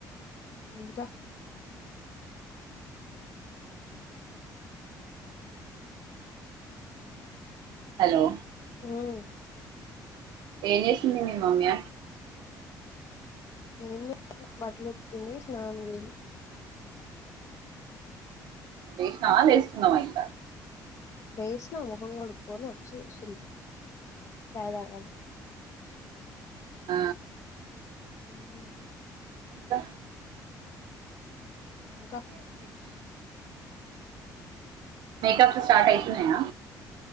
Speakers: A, on the left (about 45°); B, on the right (about 75°).
A: ఇంక
B: హలో
A: హ్మ్
B: ఏం చేసింది మీ మమ్మీ
A: ఏం <inaudible> బట్టలుక్తుంది స్నాన్కి పోయింది
B: లేచినావ లేస్తున్నావ ఇంకా
A: లేష్న మొహం కడుకొని వచ్చి కూసున్న ఛాయ్ తాగాలి
B: ఆ
A: హ్మ్
B: ద
A: ఇంకా
B: యాయ్ అప్డేట్స్ మేక్ అప్స్ స్టార్ట్ అయితున్నాయ